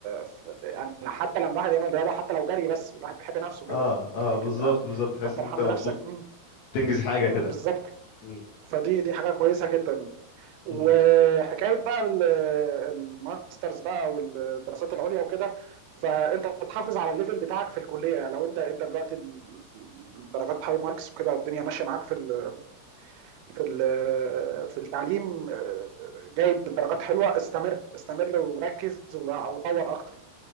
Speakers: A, on the right (about 80°); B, on the left (about 65°).
A: في يعني حتى لما الواحد يعمل رياضه حتى لو جري بس الواحد بيحب نفسه كده
B: اه اه
A: تلاقيك
B: بالظبط
A: انت
B: بالظبط تحس
A: تبقى فرحان
B: ان انت مبسوط
A: بنفسك امم
B: تنجز حاجة كده
A: اه بالظبط
B: مم.
A: فدي دي حاجه كويسه جدا وحكايه
B: مم.
A: بقى ال- الماسترز بقى والدراسات العليا وكده فانت تحافظ على الليفل بتاعك في الكليه لو انت انت دلوقتي ال- درجات هاي ماركس وكده الدنيا ماشيه معاك في ال في ال- في التعليم آه، جايب درجات حلوه استمر استمر وركز و- وطور اكتر